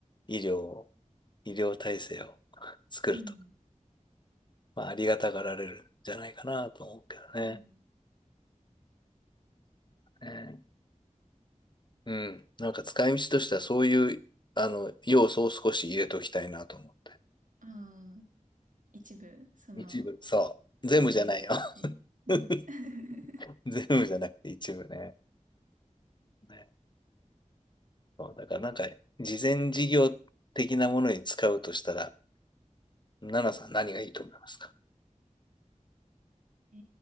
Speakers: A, on the left; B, on the right.
A: 医療を、医療体制を <laughs> 作ると。
B: うん。
A: まあ、ありがたがられるんじゃないかなと思うけどね。
B: うん。
A: ねうん。なんか使い道としてはそういう、あの、要素を少し入れときたいなと思って。
B: ああ、一部、その、
A: 一部。そう。
B: それ用に使って。
A: 全部じゃないよ。
B: うん。
A: <laughs>
B: <laughs>
A: 全部じゃなくて一部ね。ねそうだからなんか、事前事業的なものに使うとしたら、奈々さん何がいいと思いますか
B: え